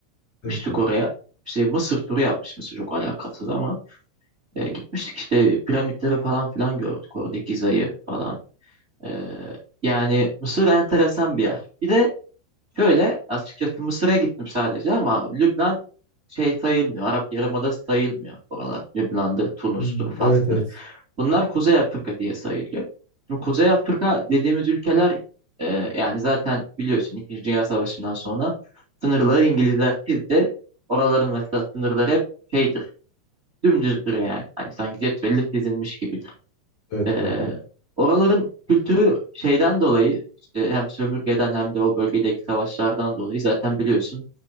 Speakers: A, on the right (about 35°); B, on the left (about 70°).
A: gitmiştik
B: Evet kankam.
A: oraya. İşte Mısır turu yapmış çok alakasız ama e, gitmiştik işte piramitleri falan filan gördük. orada Giza'yı falan. E, yani Mısır enteresan bir yer. Bir de Şöyle açıkçası Mısır'a gittim sadece ama Lübnan şey sayılmıyor. Arap Yarımadası sayılmıyor oralar. Lübnan'dır, Tunus'tur,
B: Hmm,
A: Fas'tır.
B: evet evet.
A: Bunlar Kuzey Afrika diye sayılıyor. Şimdi Kuzey Afrika dediğimiz ülkeler e, yani zaten biliyorsun İkinci Dünya Savaşı'ndan sonra sınırları İngilizler çizdi. Oraların mesela sınırları hep şeydir, dümdüzdür yani. Hani sanki cetvelle çizilmiş gibidir.
B: Evet
A: Ee,
B: kankam.
A: oraların kültürü şeyden dolayı işte hem sömürgeden hem de o bölgedeki savaşlardan dolayı zaten biliyorsun